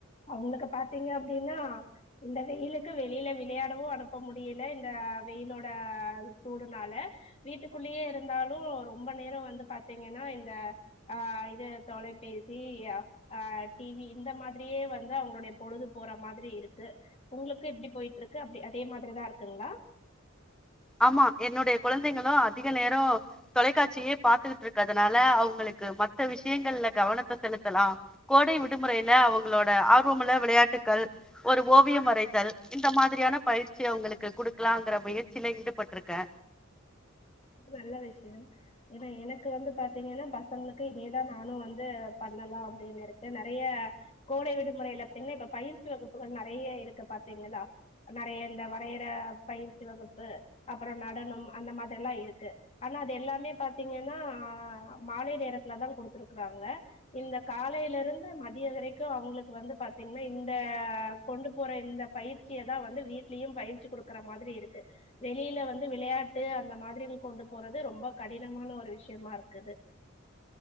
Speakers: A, on the left; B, in the centre.
A: அவுங்களுக்கு பாத்தீங்க அப்டீன்னா இந்த வெயிலுக்கு வெளியில விளையாடவு அனுப்ப முடியல இந்த வெயிலோட சூடுனால வீட்டுக்குள்ளயே இருந்தாலு ரொம்ப நேரம் வந்து பாத் தீங்கன்னா இந்த ஆ இது தொலைபேசி ஆ டி வி இந்த மாதிரியே வந்து அவுங்களுடைய பொழுது போறா மாதிரி இருக்கு உங்களுக்கு எப்டி போய்ட்டிருக்கு அப்டி அதே மாதிரிதா இருக்குங்களா
B: ஆமா என்னுடைய குழந்தைங்களு அதிக நேரோ தொலைக்காட்சியே பாத்துக்கிட்டு இருக்கிறதுனால அவுங்களுக்கு மத்த விஷயங்கள்ல கவனத்த செலுத்தலா கோடை விடுமுறையில அவுங்களோட ஆர்வமுள்ள விளையாட்டுக்கள் ஒரு ஓவியம் வரைதல் இந்த மாதிரியான பயிற்சி அவுங்களுக்கு குடுக்கலாங்கிற முயற்சி சில ஈடுபட்டுருக்கே
A: நல்ல விஷயம் ஏன்னா எனக்கு வந்து பாத்தீங்கன்னா பசங்களுக்கு இதேதா நானு வந்து பண்ணலா அப்டின்னு இருக்கே நெறைய கோடை விடுமுறையில பத்தீங்ன்னா இப்ப பயிற்சி வகுப்புகள் நெறைய இருக்கு பாத்தீங்களா நெறைய இந்த வரையற பயிற்சி வகுப்பு அப்பற நடனம் அந்த மாதிரி எல்லா இருக் க்கு ஆனா அது எல்லாமே பாத்தீங்கன்னா ஆ மாலை நேரத்துல தா குடுத்துருக்கறாங்க இந்த காலையில இருந்து மதிய வரைக்கு அவுங்களுக்கு வந்து பாத்தீங்ன்னா இந்த கொண்டு போற இந்த பயிற்சியதா வந்து வீட்லயும் பயிற்சி குடுக்கற மாதிரி இருக்கு வெளியில வந்து விளையாட்டு அந்த மாதிரி கொண்டு போறது ரொம்ப கடினமான ஒரு விஷயமா இருக்குது